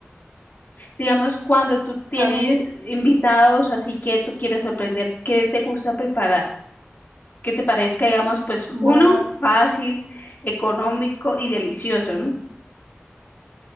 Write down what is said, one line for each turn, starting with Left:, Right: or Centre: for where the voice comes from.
Left: Digamos, cuando tú tienes
Right: <laughs> A mí,
Left: invitados, así que tú quieres sorprender, ¿qué te gusta preparar? que te parezca, digamos, pues
Right: bueno,
Left: uno,
Right: a
Left: fácil, económico y delicioso, ¿no?